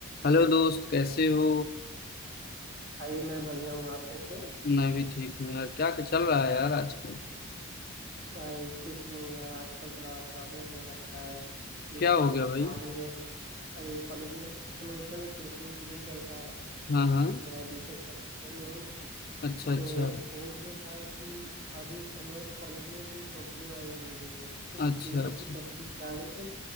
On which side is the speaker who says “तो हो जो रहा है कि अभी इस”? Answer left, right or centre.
Right